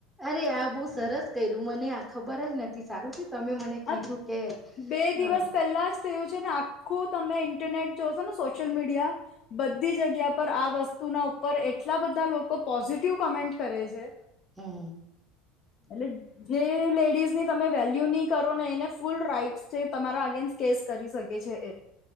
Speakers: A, in the centre; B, on the left.
A: અરે આ બો સરસ કયરુ મને આ ખબર જ નથી સારું થી તમે મને કીધું
B: આ
A: કે
B: બે દિવસ
A: અ
B: પહેલા જ થયું છે ને આખું તમે ઇન્ટરનેટ જો છો ને સોશિયલ મીડિયા બધી જગ્યા પર આ વસ્તુના ઉપર એટલા બધા લોકો પોઝિટિવ કોમેન્ટ કરે છે.
A: હમ
B: એટલે જે લેડીઝ ની તમે વેલ્યુ ની કરો ને એને ફૂલ રાઈટ છે તમારા અગેન્સ કેસ કરી શકે છે એ.